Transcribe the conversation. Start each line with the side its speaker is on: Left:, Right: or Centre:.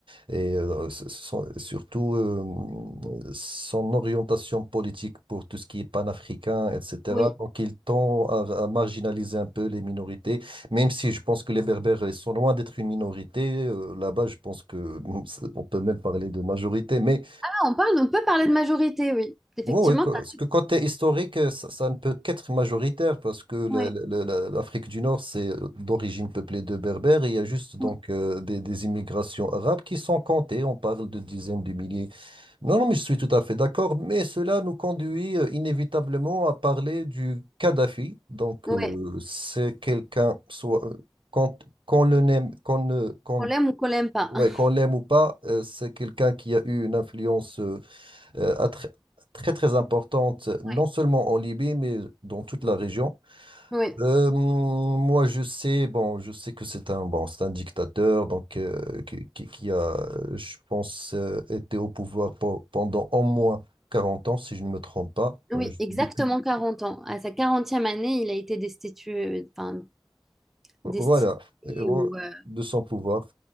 Right: et, euh, s- son- surtout euh, son orientation politique pour tout ce qui est panafricain, etc.,
Centre: Oui.
Right: donc il tend à, à marginaliser un peu les minorités, même si je pense que les Berbères ils sont loin d'être une minorité. euh, là-bas, je pense que <laughs> on peut même parler de majorité, mais.
Centre: Ah, on parle, on peut parler de majorité, oui. Effectivement,
Right: Oui, oui, que-
Centre: t'as-
Right: parce que côté historique, euh, ça, ça ne peut qu'être majoritaire parce que le-
Centre: ouais.
Right: le- le- la- l'Afrique du Nord, c'est euh, d'origine peuplée de Berbères et il y a juste donc
Centre: Mm.
Right: euh, des, des immigrations arabes qui sont comptées. On parle de dizaines de milliers. Non, non, mais je suis tout à fait d'accord, mais cela nous conduit euh, inévitablement à parler du Kadhafi. Donc,
Centre: Ouais.
Right: euh, c'est quelqu'un, soit euh, qu'on qu'on le n'aime, qu'on ne, qu'on,
Centre: Qu'on l'aime ou qu'on l'aime pas.
Right: ouais,
Centre: <laughs>
Right: qu'on l'aime ou pas, euh, c'est quelqu'un qui a eu une influence. euh, euh, à tr- très très importante, non
Centre: Oui,
Right: seulement en Libye, mais dans toute la région.
Centre: oui,
Right: Euh, moi, je sais, bon, je sais que c'est un, bon, c'est un dictateur, donc euh, qui, qui- qui a, euh, je pense, euh, été au pouvoir po- pendant au moins 40 ans, si je ne me trompe pas,
Centre: oui,
Right: Euh, je-
Centre: exactement
Right: depuis,
Centre: 40 ans. À sa quarantième année, il a été destitué, enfin, destinée
Right: voilà, Euh,
Centre: ou euh,
Right: de son pouvoir.